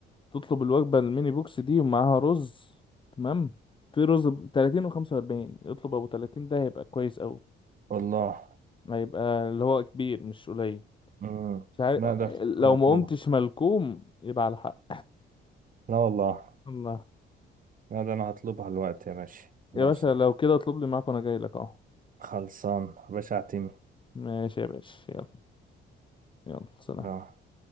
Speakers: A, on the left; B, on the right.
A: تطلب الوجبة الميني بوكس دي ومعاها رز تمام في رز ب 30 و45 اطلب ابو 30 ده هيبقى كويس قوي
B: والله
A: ما يبقى اللي هو كبير مش قليل
B: مم.
A: مش عارف
B: لا ده شكلها
A: لو
B: هطلبها
A: ما قمتش ملكوم يبقى على حق
B: لا والله
A: الله
B: لا ده انا هطلبها الوقت يا باشا خلاص
A: يا باشا لو كده اطلب لي معاك وانا جاي لك اهو
B: خلصان يا باشا اعتمد
A: ماشي يا باشا يلا يلا سلام
B: آه.